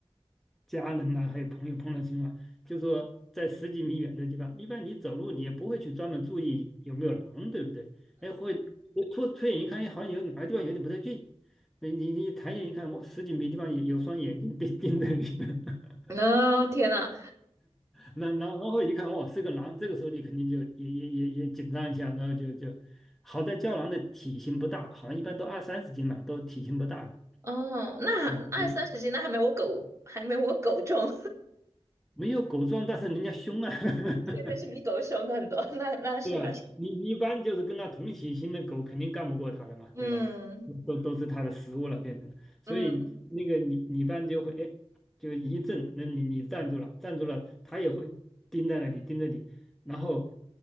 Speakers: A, in the centre; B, on the right.
A: 家人呐、还有朋友碰到情况，就说在十几米远的地方，一般你走路你也不会去专门注意有没有狼，对不对？哎，会突突然一看，哎，好像有哪个地方有点不太对劲，你你你抬眼一看，哇，十几米地方有有双眼睛盯 <laughs> 盯着你，<laughs>
B: 哦，天呐，
A: 那然后然后一看，哇，是个狼，这个时候你肯定就也也也也紧张一下，然后就就好在郊狼的体型不大，好像一般都二三十斤嘛，都体型不大的。
B: 哦，那二三十斤，
A: 嗯
B: 那还没我狗，还没我狗重，
A: 没有狗壮，但是人家凶啊。<laughs>
B: <laughs> 但是比狗凶的很多。那那是的，
A: 对啊，你你一般就是跟它同体型的狗，肯定干不过它的嘛，
B: 嗯
A: 对吧？都都是它的食物了，变成了。所以那个你你一般就会哎，
B: 嗯，
A: 就一震，那你你站住了，站住了，它也会盯在那里盯着你，然后